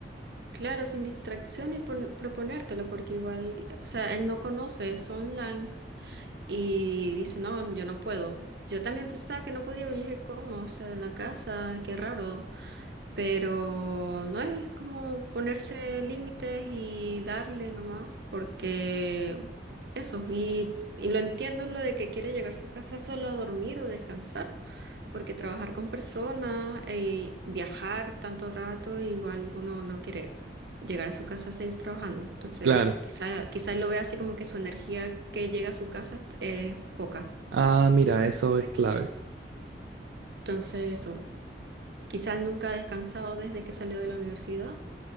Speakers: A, on the right; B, on the right.
A: claro, sin distracciones pon- proponértelo, porque igual, o sea, él no conoce, es online y dice, no, yo no puedo. Yo también pensaba que no podía, pero yo dije, ¿cómo? O sea, en la casa, qué raro. Pero no es como ponerse límites y darle nomás, porque eso, y, y lo entiendo lo de que quiere llegar a su casa solo a dormir o descansar. porque trabajar con personas y viajar tanto rato, igual uno no quiere llegar a su casa a seguir trabajando. Entonces,
B: Claro.
A: quizá, quizá él lo vea así como que su energía que llega a su casa es poca.
B: Ah, mira, eso es clave.
A: Entonces, eso, quizá él nunca ha descansado desde que salió de la universidad.